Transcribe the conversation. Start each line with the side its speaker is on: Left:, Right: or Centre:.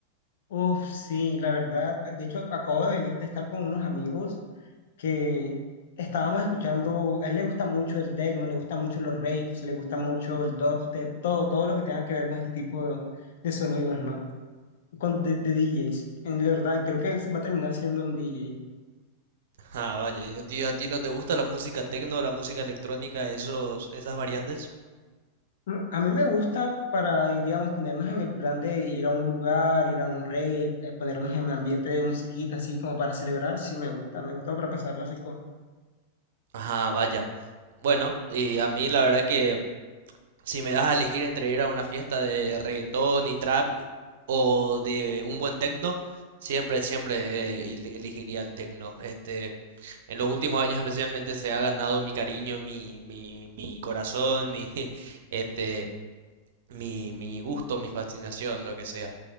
Left: Uf, sí, la verdad, de hecho acabo de venir de estar con unos amigos que estábamos escuchando, a él le gusta mucho el techno, le gusta mucho los raves, le gusta mucho el dubstep, todo, todo lo que tenga que ver con este tipo de, de sonidos, ¿no? Con, de, de DJs. En la verdad, creo que él se va a terminar siendo un DJ.
Right: Ah, vaya, ¿y a ti, a ti no te gusta la música techno, la música electrónica, esos, esas variantes?
Left: Mm, A mí me gusta para, digamos, ponernos en el plan de ir a un lugar, ir a un rave, eh, ponernos en ambiente de musiquita, así como para celebrar, sí me gusta, me gusta para pasarla rico.
Right: Ah, vaya. Bueno, y a mí la verdad que Si me das a elegir entre ir a una fiesta de reggaetón y trap o de un buen techno, siempre, siempre eh, il- elegiría el techno. Este, en los últimos años especialmente se ha ganado mi cariño, mi, mi, mi corazón, mi, <laughs> este, mi, mi gusto, mi fascinación, lo que sea.